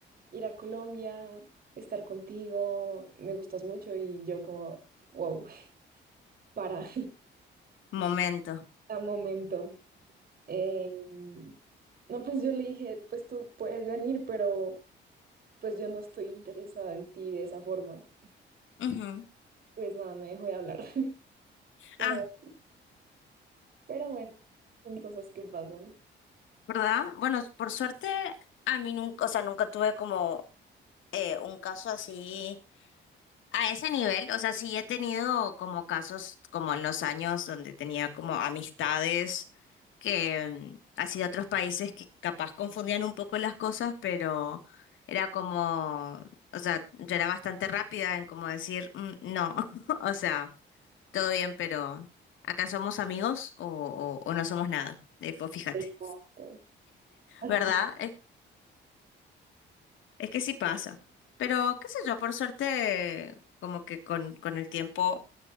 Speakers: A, on the right (about 50°); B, on the left (about 75°).
A: ir a Colombia, estar contigo, me gustas mucho y yo como, wow, <laughs> para.
B: momento.
A: a momento. Em, no, pues yo le dije, pues tú puedes venir, pero pues yo no estoy interesada en ti de esa forma.
B: Ujú.
A: Pues nada, me dejó de hablar. <laughs> Pero,
B: Ah,
A: pero bueno, son cosas que pasan.
B: ¿verdad? Bueno, por suerte, a mí nunca, o sea, nunca tuve como eh, un caso así A ese nivel, o sea, sí he tenido como casos como en los años donde tenía como amistades que mm, así de otros países que capaz confundían un poco las cosas, pero era como, o sea, yo era bastante rápida en como decir, "Mm, no, <laughs> o sea, todo bien, pero acá somos amigos o, o, o no somos nada. Eh, pues fíjate,
A: Exacto. Así.
B: ¿verdad? Es, es que sí pasa. Pero qué sé yo, por suerte, como que con, con el tiempo...